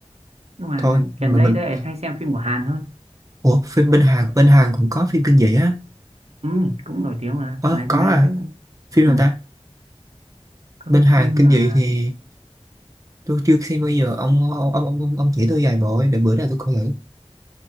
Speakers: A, on the right; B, on the right.
A: nhưng mà
B: thôi mà
A: gần đây
B: mình
A: tôi lại hay xem phim của Hàn hơn
B: ủa phim bên Hàn bên Hàn cũng có phim kinh dị á
A: ừ, cũng nổi tiếng mà
B: ờ
A: dạo này
B: có
A: cũng hay
B: à
A: phết
B: phim
A: ừ,
B: nào ta
A: có
B: bên
A: cái
B: Hàn
A: phim
B: kinh
A: mà
B: dị thì tôi chưa xem bao giờ ông ông ông ông, ông chỉ tôi vài bộ ấy, để bữa nào tôi coi thử